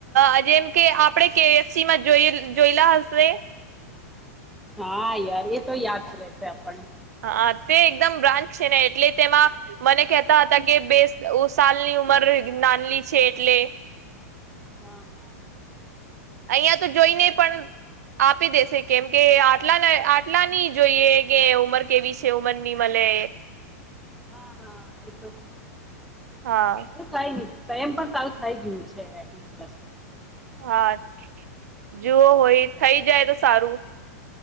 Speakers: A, on the right; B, in the centre.
A: અ જેમ કે આપણે કેએફસીમાં જોઈ જોઈ લા હશે
B: હા યાર એ તો યાદ રહેશે આપણને
A: હા તે એકદમ બ્રાન્ચ છે, ને એટલે તેમાં મને કહેતા હતા કે બે ઓ સાલની ઉંમર નાનની છે, એટલે
B: હા હા.
A: અહિયાં તો જોઈને પણ આપી દેશે કેમ કે આટલા આટલાની જોઈએ કે ઉંમર કેવી છે, ઉમરની મલે
B: હા હા એતો છે
A: હા
B: એ કઈ ની તો એમ પણ સારું થઈ ગયું છે, પ્લસ
A: હા જુઓ હોય થઈ જાય તો સારું